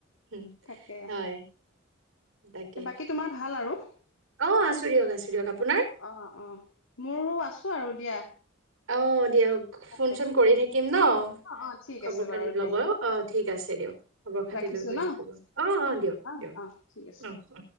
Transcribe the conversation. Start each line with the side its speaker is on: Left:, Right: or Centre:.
Right: উম
Left: তাকে
Right: হয় তাকে
Left: বাকী তোমাৰ ভাল আৰু।
Right: অ আছো দিয়ক আছো দিয়ক আপোনাৰ
Left: অ অ মোৰো আছো আৰু দিয়া।
Right: অ দিয়াক
Left: অ
Right: ফোন চোন কৰি থাকিম ন
Left: অ ঠিক
Right: খবৰ
Left: আছে বাৰু
Right: খাতি
Left: দিয়া
Right: লব অ অ ঠিক আছে দিয়ক খবৰ খাতি
Left: ৰাখিছো
Right: লৈ কৰি
Left: ন
Right: থাকিব অ অ দিয়ক দিয়ক।
Left: অ ঠিক আছে
Right: অ অ